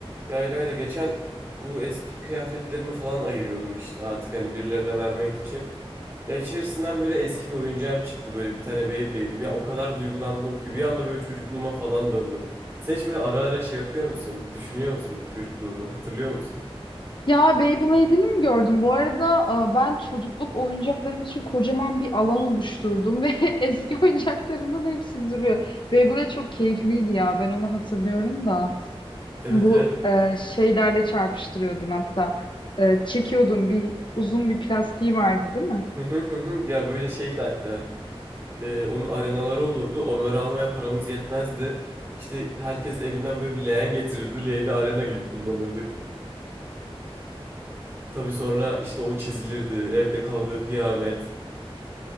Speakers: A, on the right (about 25°); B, on the left (about 50°).
A: Ya İlayda geçen bu eski kıyafetlerimi falan ayırıyordum işte artık hani birilerine vermek için. Ya içerisinden böyle eski bir oyuncağım çıktı böyle bir tane Beyblade'im. Ya o kadar duygulandım ki bir anda böyle çocukluğuma falan döndüm. Sen hiç böyle ara ara şey yapıyor musun? Düşünüyor musun çocukluğunu? Hatırlıyor musun?
B: Ya Beyblade'ini mi gördüm? Bu arada e, ben çocukluk oyuncaklarım için kocaman bir alan oluşturdum ve <laughs> eski oyuncaklarımın hepsi duruyor. Beyblade çok keyifliydi ya. Ben onu hatırlıyorum da.
A: Evet
B: Bu
A: evet.
B: e, şeylerle çarpıştırıyordun hatta. E, çekiyordun bir uzun bir plastiği vardı değil mi?
A: Hı hı hı hı. Ya böyle şeydi hatta. Ee, onun arenaları olurdu. Onları almaya paramız yetmezdi. İşte herkes evinden böyle bir leğen getirirdi. Leğeni arena gibi kullanırdık. Tabii sonra işte o çizilirdi. Evde kavga kıyamet.